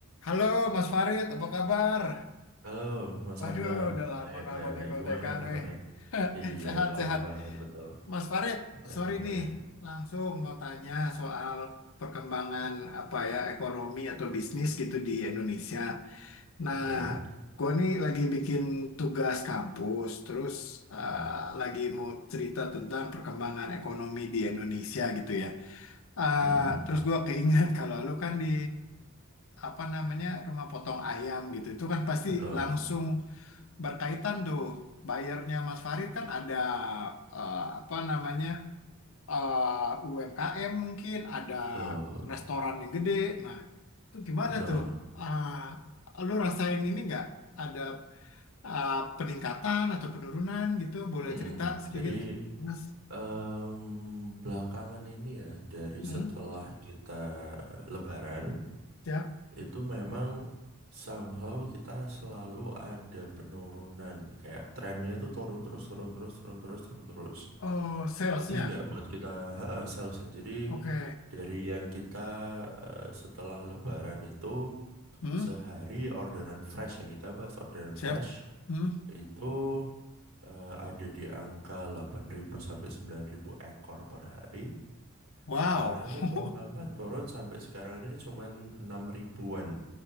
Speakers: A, on the left; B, on the right.
A: Halo Mas Farid, apa kabar?
B: Halo, Mas
A: Waduh,
B: Angga.
A: udah lama
B: Baik,
A: nggak
B: baik,
A: kontek-kontekan,
B: baik. Gimana kabarnya?
A: eh. <laughs>
B: Iya,
A: Sehat-sehat.
B: udah lama banget, betul.
A: Mas Farid,
B: Gimana,
A: sorry
B: gimana?
A: nih, langsung mau tanya soal perkembangan apa ya ekonomi atau bisnis gitu di Indonesia. Nah,
B: Oke.
A: gua nih lagi bikin tugas kampus, terus eh,
B: Mm-mm.
A: lagi mau cerita tentang perkembangan ekonomi di Indonesia gitu ya. Eh,
B: Mm-mm.
A: terus gua keinget <laughs> kalau lu kan di apa namanya rumah potong ayam gitu, itu kan pasti
B: Betul,
A: langsung berkaitan tuh bayarnya Mas Farid kan ada eh, apa namanya eh, UMKM mungkin ada
B: betul,
A: restoran yang gede. Nah, itu gimana
B: betul.
A: tuh? Ah, lu rasain ini nggak ada ah, peningkatan atau penurunan gitu? Boleh
B: Mm-mm.
A: cerita sedikit,
B: Jadi,
A: Mas?
B: em, belakangan ini ya, dari
A: Hmm,
B: setelah kita eh, Lebaran,
A: siap.
B: itu memang somehow kita selalu ada penurunan. Kayak trennya itu turun terus, turun terus, turun terus, turun terus.
A: Oh, salesnya.
B: Itu juga buat kita, heeh, salesnya. Jadi,
A: Oke.
B: Dari yang kita eh, setelah Lebaran itu
A: Hmm,
B: sehari orderan fresh ya kita bahas orderan fresh
A: siap. Hmm,
B: itu eh, ada di angka 8.000 sampai 9.000 ekor per hari.
A: wow.
B: Sekarang ini
A: <laughs>
B: pelan-pelan turun sampai sekarang ini cuma 6 ribuan.